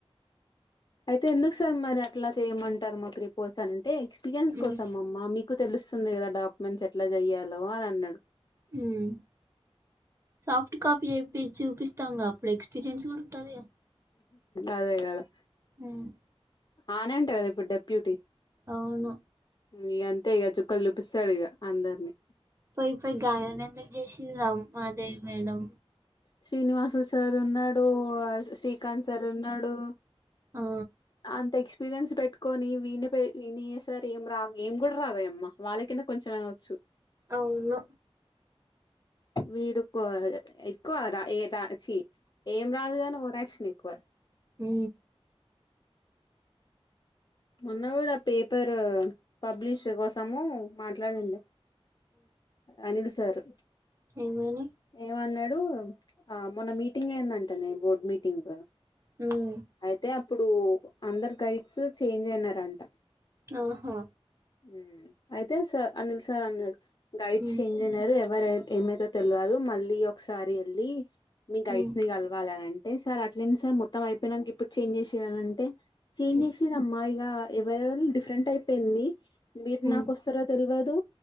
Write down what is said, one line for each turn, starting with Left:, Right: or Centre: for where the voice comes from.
Left: అయితే ఎందుకు సార్ మరి అట్లా చేయమంటారు మా క్రిప్ ఓసాంతే ఎక్స్పీరియన్స్
Right: ఉమ్,
Left: కోసంమమ్మ మీకు తెలుస్తుంది కదా డాక్యుమెంట్స్ ఎట్లా చెయ్యాలో అని అన్నాడు
Right: హ్మ్ సాఫ్ట్ కాపీ మీక్ చూపిస్తాంగా అప్పుడు ఎక్స్పీరియన్స్ కూడా ఉంటాదిగా
Left: అదే కదా
Right: హ్మ్.
Left: ఆనంద్ కదా ఇప్పుడు డెప్యూటీ
Right: అవును
Left: ఇగ అంతే ఇగ చుక్కలు చూపిస్తాడు ఇగ అందర్ని
Right: పోయిపోయి గాయన్నీ ఎందుకు చేసింది రామాదేవి మేడం
Left: శ్రీనివాసులు సార్ ఉన్నాడు శ్రీకాంత్ సార్ ఉన్నాడు
Right: ఆ!
Left: అంత ఎక్స్పీరియన్స్ పెట్టుకొని విని పే విన్నీ చేసార్ ఏం రా ఏం కూడా రాదేయమ్మా వాళ్ళ కింద కొంచెంమైన వచ్చు
Right: అవును
Left: వీడుకు ఎక్కువ రా ఏ రా చీ ఏం రాదు కాని ఓరాక్షన్ ఎక్కువ
Right: ఉ
Left: మొన్న కూడా ఆ పేపర్ పబ్లిష్ కోసము మాట్లాడిండు అనిల్ సార్
Right: ఏమీ అయినయ్
Left: ఏమన్నాడు ఆ మొన్న మీటింగ్ ఏందంటనే బోర్డు మీటింగ్
Right: హ్మ్.
Left: అయితే అప్పుడు అందరు గైడ్స్ చేంజ్ అయినారంట
Right: ఆహా
Left: ఉ అయితే స అనిల్ సార్ అన్నాడు గైడ్
Right: హ్మ్.
Left: చేంజ్ నేను అదే ఎవర ఏమైతదో తెల్వదు మళ్ళీ ఒకసారి వెళ్ళి మీ గైడ్స్
Right: హ్మ్.
Left: ని కలవాల అంటే సార్ అట్లేంటి సార్ మొత్తం అయిపోయినంక ఇప్పుడు చేంజ్ చేసిర్రు అని అంటే చేంజెస్
Right: హ్మ్.
Left: ఇల ఎవరు ఎవరిని డిఫరెంట్ అయిపోయింది మీరు
Right: హ్మ్.
Left: నాకు వస్తారో తెల్వదు